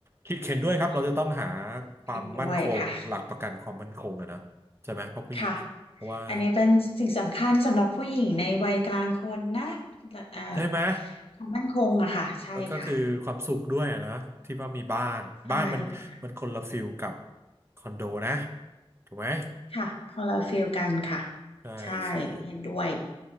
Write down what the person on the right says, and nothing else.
คิดเห็นด้วยครับเราจะต้องหา
ความมั่นคงหลักประกันความมั่นคงอะนะใช่ไหมเพราะพี่
เพราะว่า
ใช่ไหม
แล้วก็คือความสุขด้วยอะนะที่ว่ามีบ้านบ้านมันมันคนละฟิลกับ
คอนโดนะถูกไหม
ใช่ใช่